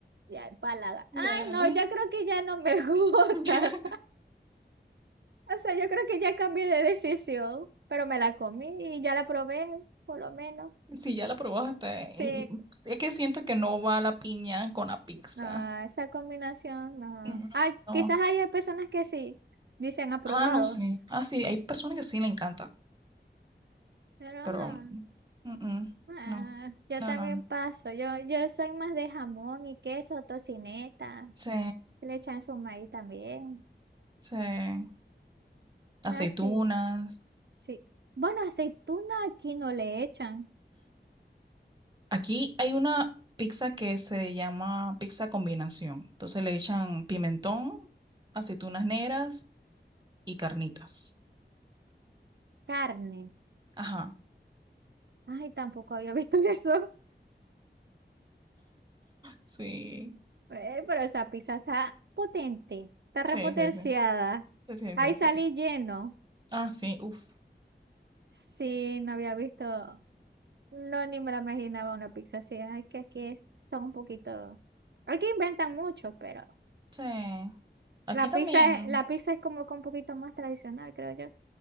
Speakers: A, on the right; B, on the right.
A: ya empalaga. Ay,
B: Ay.
A: no, yo creo que ya no me <laughs> gusta.
B: <laughs>
A: O sea, yo creo que ya cambié de decisión, pero me la comí y ya la probé, por lo menos.
B: Sí, ya la probaste.
A: Sí,
B: Y- y- Es que siento que no va la piña con la pizza.
A: no, esa combinación, no.
B: Mm,
A: Ah,
B: No.
A: quizás haya personas que sí, dicen aprobado,
B: Ah, no sé. Ah, sí, hay personas que sí le encanta,
A: pero
B: pero
A: no.
B: mm, mm,
A: Ah,
B: no,
A: yo
B: no,
A: también
B: no, no.
A: paso. Yo, yo soy más de jamón y queso, tocineta.
B: Se,
A: Le echan su maíz también.
B: se, aceitunas.
A: Así, sí. sí. Bueno, aceituna aquí no le echan.
B: Aquí hay una pizza que se llama pizza combinación. Entonces le echan pimentón, aceitunas negras y carnitas.
A: Carne.
B: Ajá,
A: Ay, tampoco había visto <laughs> eso.
B: sí,
A: Eh, pero esa pizza está potente. Está repotenciada.
B: sí, sí, sí, sí, sí,
A: Ahí
B: sí,
A: salí
B: sí.
A: lleno.
B: Ah, sí, uff,
A: Sí, no había visto. No, ni me la imaginaba una pizza así. Ay, que aquí es, son un poquito. Aquí inventan mucho, pero.
B: sí. Aquí
A: La
B: también.
A: pizza es, la pizza es como que un poquito más tradicional, creo yo.